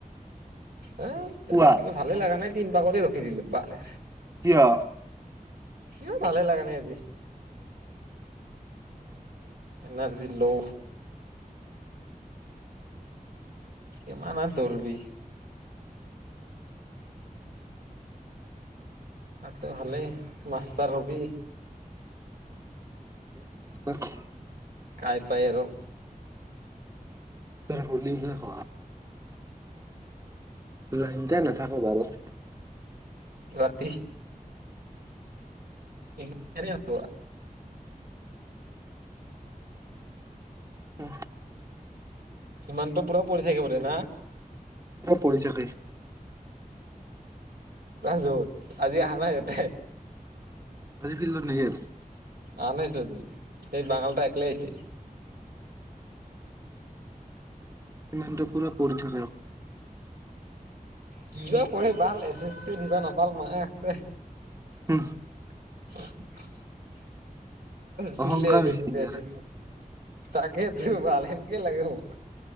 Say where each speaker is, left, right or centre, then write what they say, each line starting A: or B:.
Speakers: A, on the right; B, on the right.
A: হেই
B: পুৱা
A: কিবোৰ ভালে লগা নাই তিন পাকতে ৰখি দিলো বাল
B: কিয়?
A: ইমান ভালে লাগা আজি। এাৰ্জি ল। কিমান আৰু দৌৰবি? আটো ভালে মাষ্টষ্টাৰ হবি।
B: <inaudible>
A: কাই পায় আৰু।
B: হলি হে হ লাইনতে নাথাকো বাৰু
A: ৰাতি কেনেকে হ'ব আৰু
B: উ
A: সিমানটো পুৰা পৰি থাকিব দে না
B: পৰি থাকে।
A: যত আজি অহা নাই ইতে।
B: আজি ফিল্লৰ নগেল।
A: আ নাইতো আ এইেই বাঙালটা একলে আহিছি।
B: ইমান পুৰা প থ
A: কিবা পঢ় ভাল এছ এ চি দিবা নাপাল মায়ে আছে।
B: উম
A: <inaudible> চিল
B: অহংকাৰ
A: আছে
B: হৈছে ইয়াৰ
A: আজি। তাকে দু ভালনক লাগে মোক।